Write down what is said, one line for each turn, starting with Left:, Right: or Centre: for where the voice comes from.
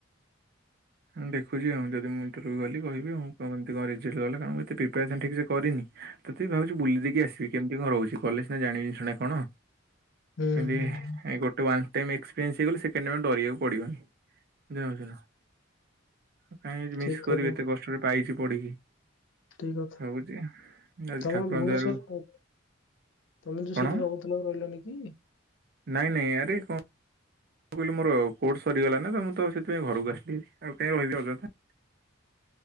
Right: ହଁ ଦେଖୁଛି ଆଉ ଯଦି ମୁଁ ଇଟର୍ୟୁ କଲି କହିବି ଆଁ କେମିତି କଣରେଜଲ୍ ଗଲା କଣଁ ଏତେ ପ୍ରିପାରେସନ୍ ଠିକ ସେ କରିନି। ତ ତେ ବି ଭାବଛୁ ବୁଲି ଦେଇକି ଆସିବି କେମିତି କଣ ରହୁଛି କଲେଜ ନା ଜାଣିବିନି ଶୁଣା କଣ।
Left: ହୁଁ
Right: ହେ
Left: ହୁଁ ହୁଁ
Right: ଗୋଟେ ୱା। ଟାଇମ୍ ଏକ୍ସପିରିଏନ୍ସ ହେଇଗଲେ ସେକେଣ୍ଡ ଆମେ ଡରିବାକୁ ପିବନିୁାଛ ଉ କାହିଁକ ମିସ୍
Left: ଠିକ
Right: କରିବି
Left: କଥା
Right: ଏତେ କଷ୍ଟରେ ପାଇଛି ପଢ଼ିକି।
Left: ଠିକ କଥା
Right: ହଉଛି ଆ
Left: ତମେ
Right: ଠାକୁର
Left: ଭୁବନେଶ୍ଵର
Right: ଦୟାରୁ।
Left: ତମେ ଯୋଉ
Right: କଣ
Left: ସେଠି ରହୁଥିଲା ରହିଲନି କି?
Right: ନାଇଁ ନାଇଁ ଆରେ କଣ ମୁଁ କହିଲ ମୋରୋର୍ଟ ସରିଗଲା ନା ତ ମୁଁ ତ ସେଥିପାଇଁ ଘରକୁ ଆସିଲି ଆଉ କାହିଁ କହିବି ଅଯଥା